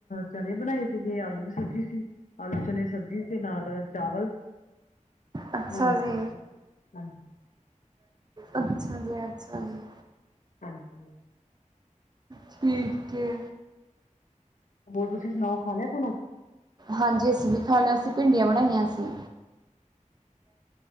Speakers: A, on the left; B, on the right.
A: ਚਨ ਬਣਾਏ ਸੀਗੇ, ਆਲੂ ਦੀ ਸਬਜ਼ੀ ਸੀ ਆਲੂ ਚਨ ਸਬਜ਼ੀ। ਨਾਲ ਚਾਵਲ।
B: ਅੱਛਾ
A: ਨਾਲ
B: ਜੀ।
A: ਫੁਲਕਾ ਸੀ ਹਾਂਜੀ
B: ਅੱਛਾ ਜੀ' ਅੱਛਾ ਜੀ।
A: ਹਾਂਜੀ ਹਾਂ।
B: ਠੀਕ ਹੈ।
A: ਹੋਰ ਤੁਸੀਂ ਸੁਣਾਓ ਖਾ ਲਿਆ ਖਾਨਾ
B: ਹਾਂਜੀ, ਅਸੀਂ ਵੀ ਖਾ ਲਿਆ ਸੀਸੀਂ ਭਿੰਡੀਆਂ ਬਣਾਈਆਂ ਸੀ।